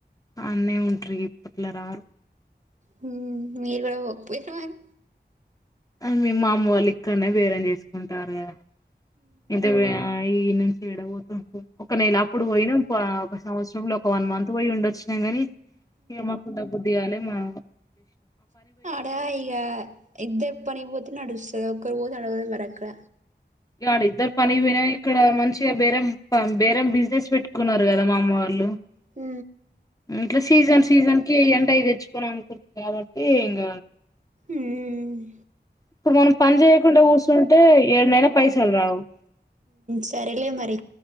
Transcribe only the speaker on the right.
హు మీరు కూడా పోకుపోయిన మరి
ఆడా ఇక ఇద్దే పనిపో ఎ నడుస్తారు ఒక్కరు పోతే అడుద మరకుల
ఊ
ఉమ్
సరేలే మరి